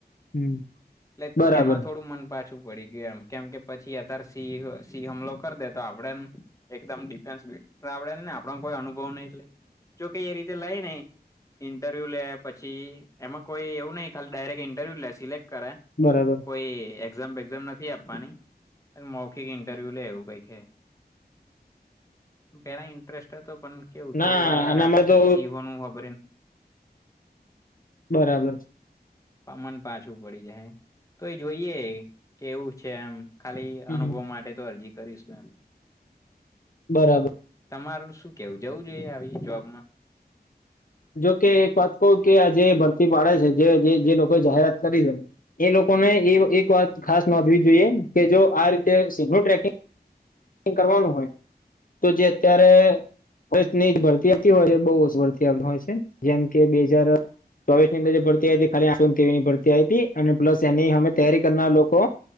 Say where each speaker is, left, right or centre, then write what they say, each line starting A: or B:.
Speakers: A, on the left (about 55°); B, on the left (about 20°).
A: હમ
B: એટલે
A: બરાબર
B: એમાં થોડું મન પાછ શું પડી ગયું એમ કેમ કે પછી અત્યારે સિ સિંહ હમલો કરી દે તો આપડે એકદમ ડિફેન્સ આપડે ને આપણ કોઈ અનુભવ નહી એટલે જો ક એ રીતે લઈ ને ઇન્ટરવ્યુ લે પછી એમાં કોઈ એવું નહી ખાલી ડાયરેક્ટ ઇન્ટરવ્યુ લે સિલેક્ટ કરે
A: બરાબર
B: કોઈ એક્ઝામ બેેક્ઝામ નથી આપવાની મૌખિક ઇન્ટરવ્યુ લે એવું કઈ છે પેલા ઇન્ટરેસ્ટ હતો પણ કેવું
A: ના
B: થોડુંક આ
A: આનામાં તો
B: સિંહોનું ખબરને
A: બરાબર
B: મન પાછું પડી જાય તો એ જોઈએ કેવું છે એમ ખાલી
A: હમ
B: અનુભવ માટે તો અરજી કરીશ એમ
A: બરાબર
B: તમારું શું કેવું જવું જોઈએ આવી જોબમાં?
A: જોકે એક વાત કવ કે આ જે ભરતી પાડે છે. જે જે લોકો જાહેરાત કરી છે. એ લોકોને એ એક વાત ખાસ નોંધવી જોઈએ કે જો આ રીતે સિગ્નલ ટ્રેકિંગ કરવાનું હોય તો જે અત્યારે નહી ભરતી આપતી હોય છે બઉ ભરતી આપ હોય છે જેમ કે બે હજાર ચોવીસ ની અંદર જે ભરતી હતી ખાલી આસવીની ભરતી આ હતી અને પ્લસ એની અમે તૈયારી કરનાર લોકો